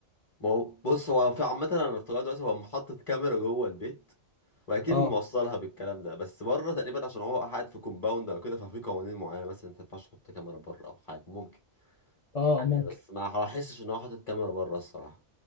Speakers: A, on the left (about 30°); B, on the left (about 65°).
A: ما هو بص هو في عامه انا افتكرت دلوقتي هو محطة كاميرا جوه البيت واكيد
B: اه
A: موصلها بالكلام ده بس بره تقريبا عشان هو قاعد في كومباوند او كده ففي قوانين معينه مثلا ما ينفعش تحط كاميرا بره او حاجه ممكن
B: اه
A: يعني
B: ممكن
A: بس ما هحسش ان هو حاطط كاميرا بره الصراحه